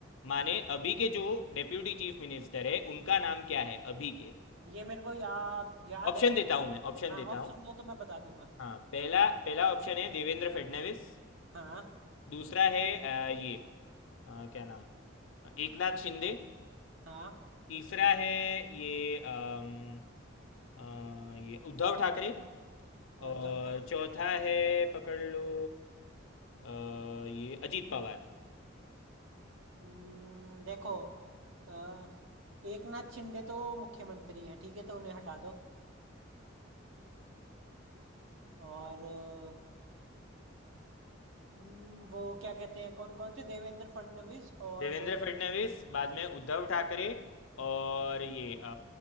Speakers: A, on the left; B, on the right.
A: माने अभी के जो डेप्यूटी चीफ मिनिस्टर है उनका नाम क्या है अभी के
B: ये मेरे को याद याद
A: ऑप्शन
B: है
A: देता हूँ मैं ऑप्शन
B: हाँ
A: देता
B: ऑप्शन
A: हूँ
B: दो तो मैं बता दूंगा
A: हाँ पहला पहला ऑप्शन है देवेंद्र फडणवीस
B: हाँ
A: दूसरा है अ, ये अ, क्या नाम एकनाथ शिंदे
B: हाँ
A: तीसरा है ये अम, अ, ये उद्धव ठाकरे
B: और
A: और
B: चौथा
A: चौथा है पकड़ लो अ, ये अजीत पवार
B: हम्म, देखो आ, एक नाथ शिंदे तो मुख्यमंत्री हैं ठीक है तो उन्हें हटा दो और अ, हम्म, वो क्या कहते हैं कौन कौन से देवेंद्र फडणवीस और
A: देवेंद्र फडणवीस बाद में उद्धव ठाकरे और ये अ,